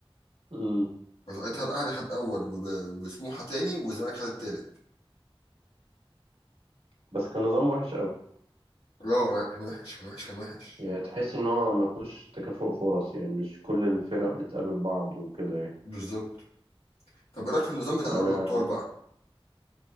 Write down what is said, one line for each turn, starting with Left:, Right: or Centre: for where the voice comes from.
Right: أمم.
Left: فساعتها الاهلي خد اول وب... وسموحه تاني والزمالك خد التالت
Right: بس كان نظام وحش أوي
Left: لا لا، كان وحش كان وحش كان وحش
Right: يعني تحس إن هو ما فيهوش تكافؤ فرص يعني مش كل الفرق بتقابل بعض وكده يعني
Left: بالظبط طب ايه رايك في النظام بتاع دوري
Right: أنا
Left: الابطال بقى